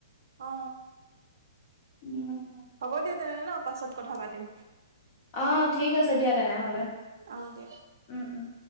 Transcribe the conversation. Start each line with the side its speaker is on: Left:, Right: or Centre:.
Right: অ
Left: উম
Right: হ'ব দিয়া তেনে হ'লে পাছত কথা পাতিম।
Left: অ' ঠিক আছে দিয়া তেনেহলে
Right: অ দিয়া
Left: উম উম।